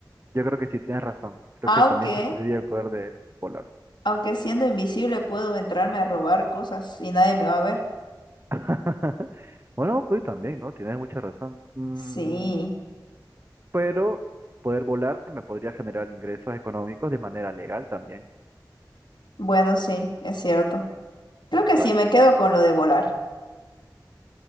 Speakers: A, on the right (about 35°); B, on the left (about 80°).
A: yo creo que sí, tienes razón. Creo
B: Aunque,
A: que también preferiría el poder de volar.
B: aunque siendo invisible puedo entrarme a robar cosas y nadie me va a ver.
A: <laughs> Bueno, pues también, ¿no? Tienes mucha razón. Mm,
B: Sí.
A: pero poder volar me podría generar ingresos económicos de manera legal también.
B: Bueno, sí, es cierto. Creo que
A: Bueno,
B: sí, me quedo con lo de volar.